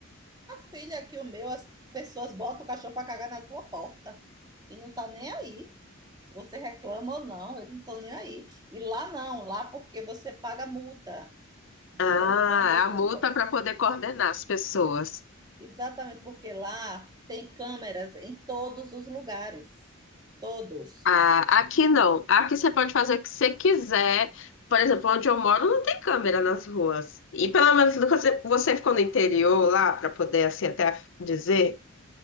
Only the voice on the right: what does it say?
filha aqui, o meu, as pessoas botam o cachorro para cagar na tua porta e não tá nem aí. Se você reclama ou não, eles não estão nem aí. E lá não, lá porque você paga multa, entendeu?
Então você
não pode.
Exatamente, porque lá tem câmeras em todos os lugares. Todos.